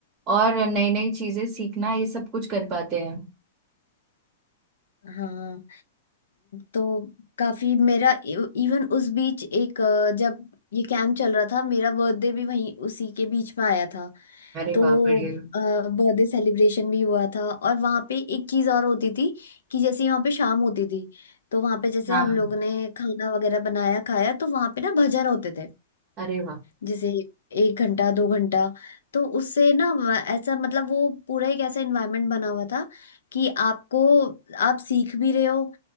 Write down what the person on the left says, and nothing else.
हाँ तो काफी मेरा इवन उस बीच एक अ, जब ये कैंप चल रहा था मेरा बर्थडे भी वहीं उसी के बीच में आया था
तो
बर्थडे सेलिब्रेशन भी हुआ था और वहाँ पे एक चीज़ और होती थी कि जैसे यहाँ पे शाम होती थी तो वहाँ पे जैसे
हम
लोग ने खाना वगैरह बनाया खाया तो वहाँ पे ना भजन होते थे
जैसे एक घंटा दो घंटा तो उससे ना व- ऐसा मतलब वो पूरा एक ऐसा इन्वायरमेंट बना हुआ था कि आपको आप सीख भी रहे हो